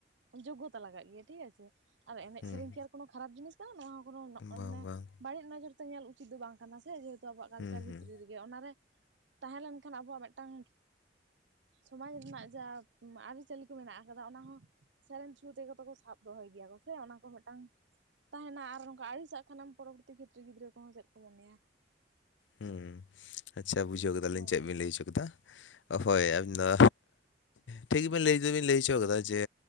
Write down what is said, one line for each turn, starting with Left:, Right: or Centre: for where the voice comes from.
Right: ᱡᱳᱜᱜᱚᱛᱟ ᱞᱟᱜᱟᱜ ᱜᱮᱭᱟ ᱴᱷᱤᱠ ᱟᱪᱷᱮ᱾ ᱟᱨ ᱮᱱᱮᱡ
Left: ᱦᱩᱸ
Right: ᱥᱮᱨᱮᱧ ᱠᱤ ᱟᱨ ᱠᱚᱱᱚ ᱠᱷᱟᱨᱟᱯ ᱡᱤᱱᱤᱥ ᱠᱟᱱᱟ ᱱᱚᱣᱟ ᱦᱚᱸ ᱠᱚᱱᱚ
Left: ᱵᱟᱝ
Right: ᱢᱟᱱᱮ
Left: ᱵᱟᱝ
Right: ᱵᱟᱹᱲᱤᱡ ᱱᱚᱡᱚᱨ ᱛᱚ ᱧᱮᱞ ᱩᱪᱤᱛ ᱫᱚ ᱵᱟᱝ ᱠᱟᱱᱟ ᱥᱮ᱾ ᱡᱮᱦᱮᱛᱩ ᱟᱵᱚᱣᱟᱜ ᱠᱟᱞᱪᱟᱨ
Left: ᱦᱩᱸ ᱦᱩᱸ
Right: ᱵᱷᱤᱛᱨᱤ ᱨᱮᱼ ᱜᱮ᱾ ᱚᱱᱟᱨᱮ ᱛᱟᱦᱮᱸ ᱞᱮᱱᱠᱷᱟᱱ ᱟᱵᱚᱣᱟᱜ ᱢᱤᱫᱴᱟᱝ ᱥᱚᱢᱟᱡᱽ ᱨᱮᱱᱟᱜ ᱡᱟ ᱟᱹᱨᱤᱪᱟᱹᱞᱤ ᱠᱚ ᱢᱮᱱᱟᱜ ᱠᱟᱫᱟ ᱚᱱᱟ ᱦᱚᱸ ᱥᱮᱨᱮᱧ ᱛᱷᱨᱩ ᱛᱮᱜᱚ ᱠᱚ ᱥᱟᱵ ᱫᱚᱦᱚᱭ ᱜᱮᱭᱟ ᱠᱚ ᱥᱮ ᱚᱱᱟ ᱠᱚ ᱢᱤᱫᱴᱟᱝ᱾ ᱛᱟᱦᱮᱱᱟ ᱟᱨ ᱱᱚᱝᱠᱟ ᱟᱹᱲᱤᱥᱟᱜ ᱠᱷᱟᱱᱮᱢ ᱯᱚᱨᱚᱵᱚᱨᱛᱤ ᱠᱷᱮᱛᱨᱮ ᱜᱤᱫᱽᱨᱟᱹ ᱠᱚᱦᱚᱸ ᱪᱮᱫ ᱠᱚ ᱢᱚᱱᱮᱭᱟ᱾
Left: ᱦᱩᱸ ᱟᱪᱪᱷᱟ ᱵᱩᱡᱷᱟᱹᱣ ᱠᱮᱫᱟᱞᱤᱧ
Right: ᱱᱚᱣᱟ
Left: ᱪᱮᱫ ᱵᱤᱱ
Right: ᱜᱮ
Left: ᱞᱟᱹᱭ ᱦᱚᱪᱚ ᱠᱮᱫᱟ᱾ ᱦᱳᱭ ᱟᱵᱤᱱ ᱫᱚ ᱴᱷᱤᱠ ᱜᱤᱵᱤᱱ ᱞᱟᱹᱭ ᱫᱚᱵᱤᱱ ᱞᱟᱹᱭ ᱦᱚᱪᱚ ᱟᱠᱟᱫᱟ ᱡᱮ